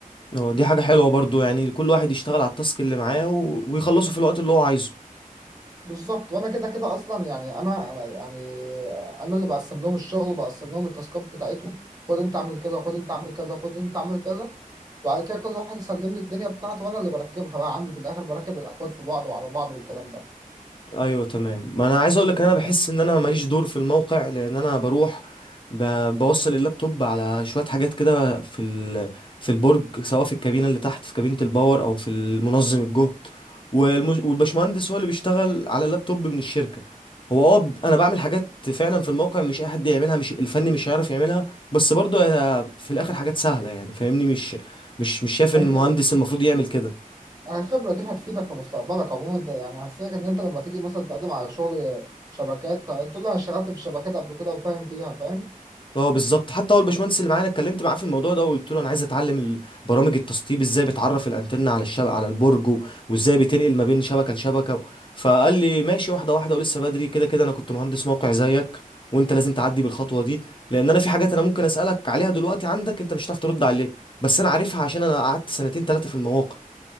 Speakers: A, on the left; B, on the right.
A: آه، دي حاجة حلوة برضو يعني كل واحد يشتغل على التاسك اللي معاه و- ويخلصه في الوقت اللي هو عايزه
B: بالظبط وانا كده كده اصلا يعني انا يعني انا اللي بقسم لهم الشغل وبقسم لهم التاسكات بتاعتهم خد انت اعمل كذا خد انت اعمل كذا خد انت اعمل كذا بعد كده كل واحد يسلم لي الدنيا بتاعته وانا اللي بركبها بقى عندي في الاخر بركب الاكواد في بعض وعلى بعض والكلام ده
A: ايوه تمام ما انا عايز اقول
B: ده غير
A: لك ان انا بحس ان انا ماليش دور في الموقع لان انا بروح ب... بوصل اللابتوب على شويه حاجات كده في ال... في البرج سواء في الكابينه اللي تحت في كابينه الباور او في المنظم الجهد والمج... والبشمهندس هو اللي بيشتغل على اللابتوب من الشركه هو اه ب- انا بعمل حاجات فعلا في الموقع مش اي حد يعملها مش الفني مش هيعرف يعملها بس برضه هي في الاخر حاجات سهله يعني فاهمني مش مش مش شايف ان
B: الخبرة
A: المهندس المفروض يعمل كده
B: الخبرة دي هتفيدك في مستقبلك عموما ده يعني هتفيدك ان انت لما تيجي مثلا تقدم على شغل شبكات تقول له انا اشتغلت في الشبكات قبل كده وفاهم فيها فاهم
A: اه بالظبط حتى هو الباشمهندس اللي معانا اتكلمت معاه في الموضوع ده وقلت له انا عايز اتعلم ال- برامج التسطيب ازاي بتعرف الانتنه على الشبكه على البرج و- وازاي بتنقل ما بين شبكه لشبكه فقال لي ماشي واحده واحده ولسه بدري كده كده انا كنت مهندس موقع زيك وانت لازم تعدي بالخطوه دي لان انا في حاجات انا ممكن اسالك عليها دلوقتي عندك انت مش هتعرف ترد عليها بس انا عارفها عشان انا قعدت سنتين ثلاثه في المواقع